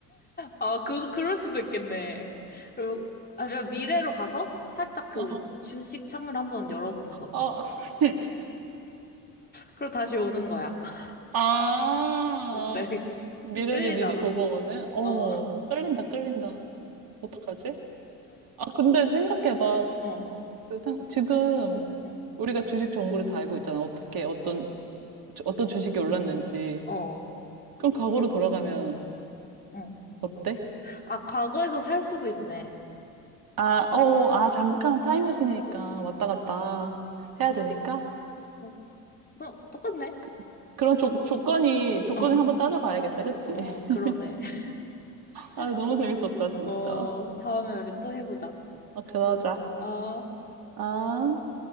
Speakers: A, on the left (about 20°); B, on the right (about 50°).
A: 아, 그, 그럴 수도 있겠네. 그리고, 아니면 미래로 가서 살짝 그
B: 어,
A: 주식 창을 한번 열어보는 거지.
B: 어, <laughs>
A: 그리고 다시 오는 거야. <laughs>
B: 아,
A: 어때?
B: 미래를
A: 좀 끌리잖아?
B: 미리 보고 오네? 어,
A: 어,
B: 끌린다, 끌린다. 어떡하지? 아, 근데 생각해봐.
A: 어,
B: 그 생- 지금
A: 응,
B: 우리가 주식 정보를 다 알고 있잖아. 어떻게, 어떤, 주- 어떤 주식이 올랐는지.
A: 어, 어,
B: 그럼 과거로 돌아가면
A: 응.
B: 어때?
A: 아, 과거에서 살 수도 있네.
B: 아, 어, 아, 잠깐 타임머신이니까 왔다
A: 어,
B: 갔다 해야 되니까.
A: 어, 뭐, 똑같네?
B: 그, 그런 조, 조건이, 조건을
A: 어,
B: 한번 따져봐야겠다. 그치?
A: 어,
B: <laughs>
A: 그러네. <laughs>
B: 아, 너무 재밌었다, 진짜.
A: 어, 다음에 우리 또 해보자.
B: 아, 그러자.
A: 아.
B: 아.